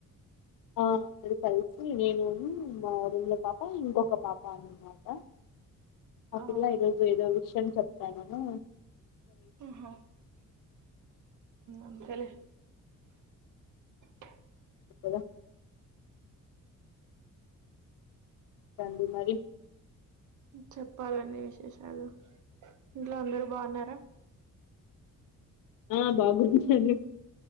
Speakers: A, on the left; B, on the right.
A: అ కలిసి నేను మా రూమ్లో పాప ఇంకొక పాప అన్మాట అ
B: ఆ
A: పిల్లా ఈరోజు ఏదో విషయం చెప్తా నేను
B: ఆహా అంతేలే <inaudible>
A: ఇదా రండి మరి
B: చెప్పాలండి విశేషాలు ఇంట్లో అందరు బాన్నర
A: ఆ బాగుంది అండి